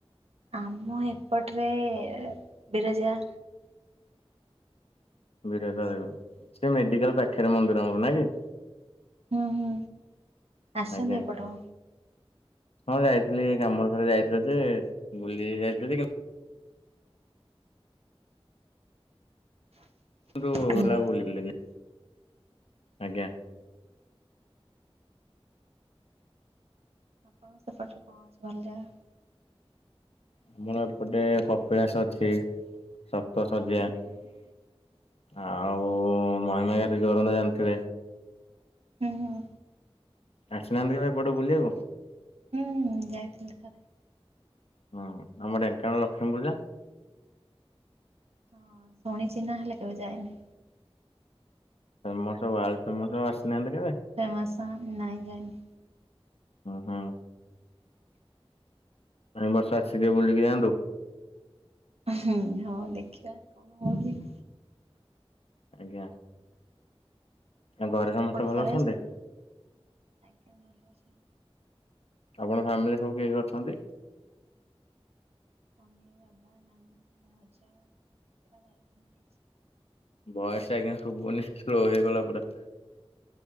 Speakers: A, on the right (about 85°); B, on the left (about 80°).
A: ଆମ ଏପଟରେ ବିରଜା
B: ବିରଜା ଦେବ ସେ ମେଡିକାଲ ପାଖରେ ମନ୍ଦିର ଆମର ନାଇଁ କି?
A: ଉଁ ହୁଁ, ଆସିଛନ୍ତି
B: ଆଜ୍ଞା
A: ଏପଟ?
B: ହଁ ଯାଇଥିଲି କାମରେ ଥରେ ଯାଇଥିଲି ଯେ ବୁଲି ଯାଇଥିଲି ଟିକେ କିନ୍ତୁ
A: ହୁଁ।
B: ବୁଲା ବୁଲିଲିନି ଆଜ୍ଞା।
A: ଆପଣ ଙ୍କର ସେପଟରେ କଣଅଛି ଭଲ ଜାଗା?
B: ଆମର ଏପଟେ କପିଳାସ ଅଛି, ସପ୍ତ ଶଯ୍ୟା ଆଉ,
A: ହୁଁ
B: ମହିମା ଗାଦି ଜୋରନ୍ଦା ଜାଣିଥିବେ?
A: ହୁଁ ହୁଁ।
B: ଆସିନାହାଁନ୍ତି କେବେ ଏପଟେ ବୁଲିବାକୁ?
A: ହୁଁ ହୁଁ ଯାଇଥିଲି ଥରେ
B: ହଁ ଆମ ଢେଙ୍କାନାଳ ଲକ୍ଷ୍ମୀ ପୂଜା
A: ହଁ ଶୁଣିଛି ନା ହେଲେ କେବେ ଯାଇନି
B: ଫେମସ ୱାର୍ଲଡ ଫେମସ ଆସିନାହାଁନ୍ତି କେବେ?
A: ଫେମସ ନାଇଜାନି
B: ହଁ। ଏଇ ବର୍ଷ ଆସିକି ବୁଲିକି ଯାଆନ୍ତୁ?
A: ହୁଁ ହଁ ଦେଖିବା କଣ ହଉଛି
B: ଆଜ୍ଞା। ଆଉ ଘରେ
A: ଆପଣ
B: ସମସ୍ତେ
A: ଏପଟେ
B: ଭଲ
A: ଥରେ
B: ଅଛନ୍ତି?
A: ଆସିଥିଲେ? ଆଜ୍ଞା ଭଲ ଅଛିନ୍ତି।
B: ଆପଣଙ୍କ ଫ୍ୟାମିଲିରେ ସବୁ କିଏ କିଏ ଅଛନ୍ତି?
A: ମମି ବାବା ନାନା ଭାଉଜ ପୁରା ଫାମିଲି ଅଛନ୍ତି।
B: ଭୟସ ଆଜ୍ଞା ସୁୁଭୁନି ସ୍ଲୋ ହେଇଗଲା ପୁରା?